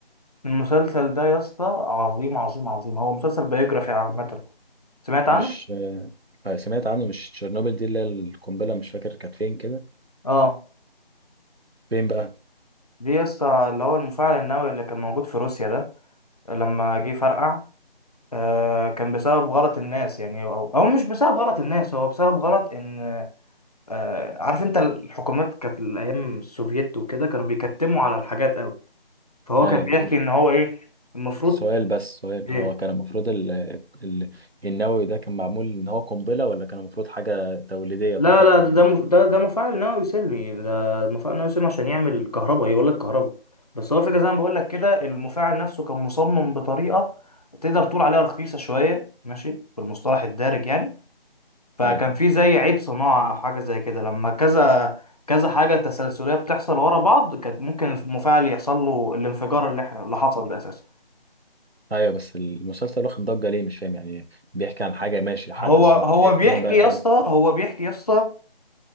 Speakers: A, on the left; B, on the right.
A: المسلسل ده يا اسطى عظيم عظيم عظيم هو مسلسل بيوجرافي عامه سمعت
B: مش
A: عنه
B: آه، سمعت عنه مش تشيرنوبل دي اللي هي القنبلة مش فاكر كانت فين كده
A: اه
B: فين بقى؟
A: دي يا اسطى اللي هو المفاعل النووي اللي كان موجود في روسيا ده لما جه فرقع آه كان بسبب غلط الناس يعني او او مش بسبب غلط الناس هو بسبب غلط ان آه عارف انت الحكومات كانت الايام السوفييت وكده كانوا بيكتموا على الحاجات قوي فهو
B: أيوه
A: كان بيحكي ان هو ايه المفروض
B: سؤال بس سؤال
A: إيه،
B: هو كان المفروض ال... ال... النووي ده كان معمول ان هو قنبلة ولا كان المفروض حاجة توليدية
A: لا
B: فقط
A: لا ده
B: يعني
A: ده مف... ده, ده مفاعل نووي سلمي ده مفاعل نووي سلمي عشان يعمل كهرباء يولد كهرباء بس هو الفكره زي ما بقول لك كده المفاعل نفسه كان مصمم بطريقه تقدر تقول عليها رخيصه شويه ماشي بالمصطلح الدارج يعني فكان
B: ايوه
A: في زي عيب صناعه او حاجه زي كده لما كذا كذا حاجه تسلسليه بتحصل ورا بعض كانت ممكن المفاعل يحصل له الانفجار اللي إحنا- اللي حصل ده اساسا
B: ايوه بس المسلسل واخد ضجة ليه مش فاهم يعني بيحكي عن حاجة ماشي حدث
A: هو هو
B: ما فين
A: بيحكي
B: فين بقى الحلو
A: يا اسطى هو بيحكي يا اسطى